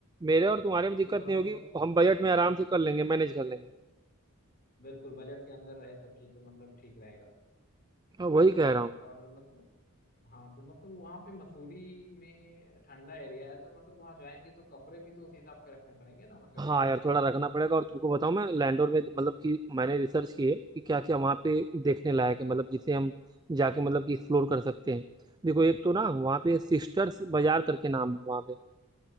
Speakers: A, on the right (about 20°); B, on the left (about 40°).
A: मेरे और तुम्हारे में दिक्कत
B: कि थोड़ा
A: नहीं होगी
B: मतलब
A: हम बजट में आराम से कर लेंगे मैनेज कर लेंगे
B: बिल्कुल बजट के अंदर रहे सब चीज तो मतलब ठीक रहेगा
A: हाँ वही कह रहा हूँ
B: और मतलब हाँ तो मतलब वहाँ पे मसूरी में ठंडा एरिया है तो मतलब वहाँ जाएंगे तो कपड़े भी तो उस हिसाब के रखने पड़ेंगे ना मतलब
A: हाँ
B: ठंडे
A: यार
B: कपड़े
A: थोड़ा
B: कुछ
A: रखना पड़ेगा और तुमको बताऊँ मैं लैंडोर में मतलब कि मैंने रिसर्च की है कि क्या क्या वहाँ पे देखने
B: हाँ
A: लायक है मतलब जिसे हम जाके मतलब कि एक्सप्लोर कर सकते हैं देखो एक तो ना वहाँ पे सिस्टर्स बाजार करके नाम है वहाँ पे